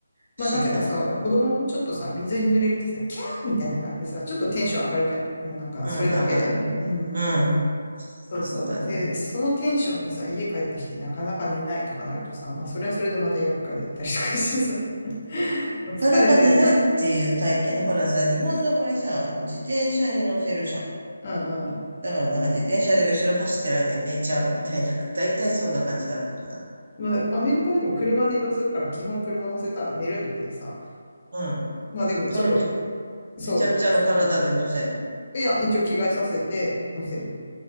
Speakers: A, on the left; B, on the right.
A: まあなんかやっぱさ、
B: 不思議なことに。
A: 子供もちょっとさ、水に濡れるとさ、キャーみたいな感じでさ、ちょっとテンション上がるじゃん。もうなんか、
B: うん、
A: それだけで。
B: 上がるね。
A: うんうん。
B: うん。
A: そうそう。
B: そうだね。
A: で、そのテンションでさ、家帰ってきてなかなか寝ないとかなるとさ、まあそれはそれでまた厄介だったりとかしてさ、<laughs> もう疲れてない。
B: なかなか寝ないっていう体験ね。ほらさ、日本の場合さ、自転車に乗せるじゃん。
A: うんうん。
B: だからなんか自転車で後ろ走ってる間に寝ちゃうみたいな。<laughs> だいたいそんな感じだったかな。
A: まあアメリカでも車で移動するから基本車乗せたら寝るんだけどさ、
B: うん。
A: まあでもちょっと、
B: そのび、
A: そう、
B: びちゃびちゃの体で乗せるの。
A: いや、一応着替えさせて乗せる